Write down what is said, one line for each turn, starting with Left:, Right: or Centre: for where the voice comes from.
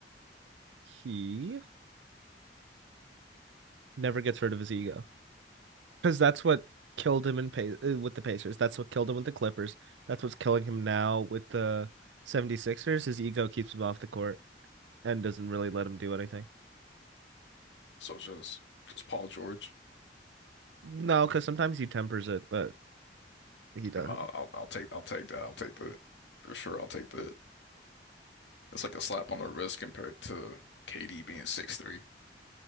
Right: he never gets rid of his ego because that's what killed him in pa uh, with the Pacers. That's what killed him with the Clippers. That's what's killing him now with the 76ers. His ego keeps him off the court and doesn't really let him do anything.
Left: So just, just Paul George.
Right: No, because sometimes he tempers it, but He doesn't.
Left: Well, I'll, I'll I'll take I'll take that. I'll take the for sure. I'll take the. That's like a slap on the wrist compared to KD being six three